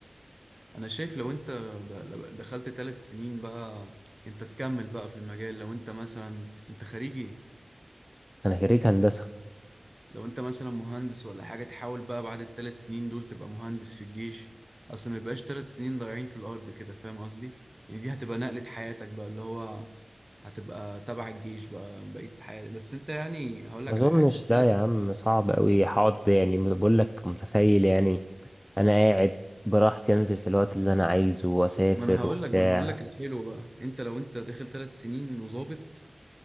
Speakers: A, on the right (about 20°); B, in the centre.
A: انا شايف لو انت د- دخلت ثلاث سنين بقى انت تكمل بقى في المجال لو انت مثلا انت خريجي
B: انا خريج هندسه
A: لو انت مثلا مهندس ولا حاجة تحاول بقى بعد الثلاث سنين دول تبقى مهندس في الجيش اصل ما يبقاش ثلاث سنين ضايعين في الارض كده فاهم قصدي يعني دي هتبقى نقلة حياتك بقى اللي هو هتبقى تبع الجيش بقى بقية حياتك بس انت يعني هقول
B: ما
A: لك
B: اظنش
A: على حاجة الثلاث
B: لا يا عم صعب قوي هقعد يعني بقول لك متخيل يعني انا قاعد براحتي انزل في الوقت اللي انا عايزه واسافر
A: ما انا هقول
B: وبتاع
A: لك ما انا هقول لك الحلو بقى انت لو انت داخل ثلاث سنين وظابط